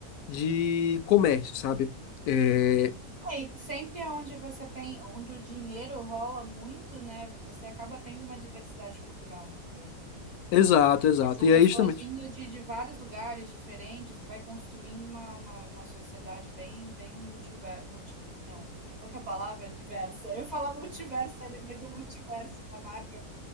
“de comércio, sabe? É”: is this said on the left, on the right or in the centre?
Left